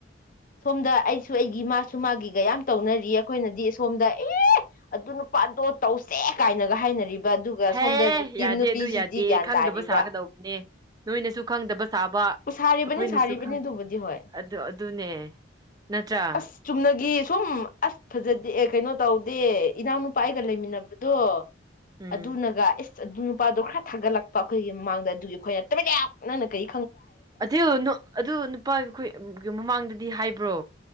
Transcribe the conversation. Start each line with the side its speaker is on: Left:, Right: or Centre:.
Left: ꯁꯣꯝꯗ ꯑꯩꯁꯨ ꯑꯩꯒꯤ ꯃꯥꯁꯨ ꯃꯥꯒꯤꯒ ꯌꯥꯝ ꯇꯧꯅꯔꯤ ꯑꯩꯈꯣꯏꯅꯗꯤ ꯁꯣꯝꯗ ꯑꯦ ꯑꯗꯨ ꯅꯨꯄꯥꯗꯣ ꯇꯧꯁꯦ ꯀꯥꯏꯅꯒ ꯍꯥꯏꯅꯔꯤꯕ ꯑꯗꯨꯒ
Right: ꯍꯦ
Left: ꯁꯣꯝꯗ ꯚꯤꯛꯇꯤꯝ
Right: ꯌꯥꯗꯦ
Left: ꯅꯨꯄꯤꯁꯤꯗꯤ
Right: ꯑꯗꯨ ꯌꯥꯗꯦ
Left: ꯒ꯭ꯌꯥꯟ
Right: ꯈꯪꯗꯕ
Left: ꯇꯥꯔꯤꯕ
Right: ꯁꯥꯒꯗꯧꯕꯅꯦ ꯅꯣꯏꯅꯁꯨ ꯈꯪꯗꯕ ꯁꯥꯕ
Left: ꯁꯥꯔꯤꯕꯅꯤ
Right: ꯑꯩꯈꯣꯏꯅꯁꯨ
Left: ꯁꯥꯔꯤꯕꯅꯤ ꯑꯗꯨꯕꯨꯗꯤ ꯍꯣꯏ
Right: ꯑꯗꯨ ꯑꯗꯨꯅꯦ ꯅꯠꯇ꯭ꯔꯥ
Left: ꯑꯁ ꯆꯨꯝꯅꯒꯤ ꯁꯨꯝ ꯑꯁ ꯐꯖ ꯑꯦ ꯀꯩꯅꯣ ꯇꯧꯗꯦ ꯏꯅꯥꯎ ꯅꯨꯨꯄꯥ ꯑꯩꯒ ꯂꯩꯃꯤꯟꯅꯕꯗꯣ
Right: ꯎꯝ
Left: ꯑꯗꯨꯅꯒ ꯑꯗꯨ ꯅꯨꯄꯥꯗꯣ ꯈꯔ ꯊꯥꯒꯠꯂꯛꯄ ꯑꯩꯈꯣꯏꯒꯤ ꯃꯃꯥꯡꯗ ꯑꯗꯨꯒꯤ ꯑꯩꯈꯣꯏꯅ ꯇꯃꯤꯟꯅ ꯂꯛ ꯅꯪꯅ ꯀꯩ
Right: ꯑꯗꯨ ꯑꯗꯨ ꯅꯨꯄꯥꯒꯤ ꯑꯩꯈꯣꯏ ꯃꯃꯥꯡꯗ ꯗꯤ ꯍꯥꯏꯕ꯭ꯔꯣ